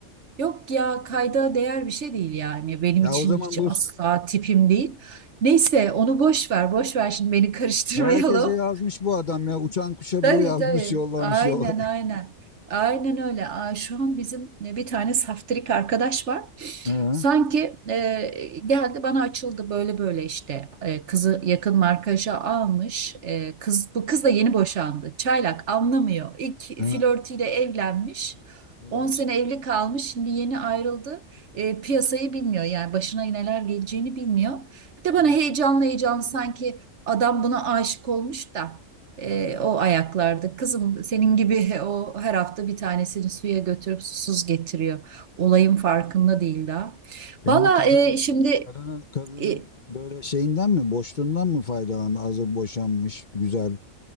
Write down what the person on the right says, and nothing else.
yok ya kayda değer bir şey değil yani. Benim
için
hiç
asla tipim değil. Neyse onu boş ver boş ver şimdi beni <laughs> karıştırmayalım.
Tabii
tabii
aynen
aynen.
Aynen öyle. Aa, şu an bizim e, bir tane saftirik arkadaş var.
Sanki e, geldi bana açıldı böyle böyle işte E, kızı yakın markaja almış. E, kız bu kız da yeni boşandı. Çaylak anlamıyor. İlk
flörtüyle evlenmiş.
on sene evli kalmış. Şimdi yeni ayrıldı. E, piyasayı bilmiyor yani başına neler geleceğini bilmiyor. Bir de bana
heyecanlı heyecanlı sanki adam buna aşık olmuş da e,
o ayaklarda. Kızım senin gibi <laughs> o her hafta bir tanesini suya götürüp susuz getiriyor. Olayın farkında değil daha.
Valla
e, şimdi
e,